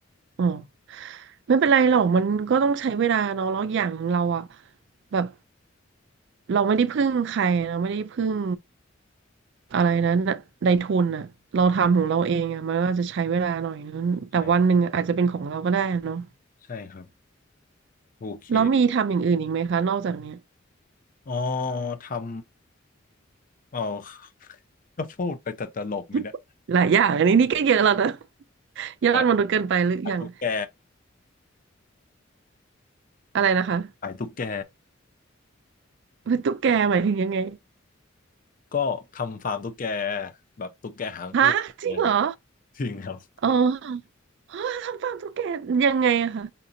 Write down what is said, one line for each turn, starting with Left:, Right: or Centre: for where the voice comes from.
Right: อ๋อไม่เป็นไรหรอกมันก็ต้องใช้เวลาเนาะแล้วอย่างเราอะ แบบ เราไม่ได้พึ่งใครเราไม่ได้พึ่งอะไรนะในทุนอะ เราทำของเราเองอะ มันก็จะใช้เวลาหน่อยนึงแต่วันหนึ่งอาจจะเป็นของเราก็ได้อะเนาะ
Left: ใช่ใช่ครับโอเค
Right: แล้วมีทำอย่างอื่นอีกไหมคะ นอกจากเนี้ย
Left: อ๋อทำอ๋อ <laughs> ก็พูดไปแต่ตลกไหมเนี่ย
Right: <laughs> หลายอย่างอันนี้นี่ก็เยอะแล้วนะ <laughs> เยอะมนุษย์เกินไปหรืออย่ง
Left: ขายขายตุ๊กแก
Right: อะไรนะคะ
Left: <laughs> ขายตุ๊กแก
Right: เป็นตุ๊กแกหมายถึงยังไง
Left: ก็ทำฟาร์มตุ๊กแกแบบตุ๊กแกหางอ้วนนะครับ
Right: ฮะจริงเหรอ
Left: จริงครับ
Right: อ๋อ ฮะทำฟาร์มตุ๊กแกยังไงอะคะ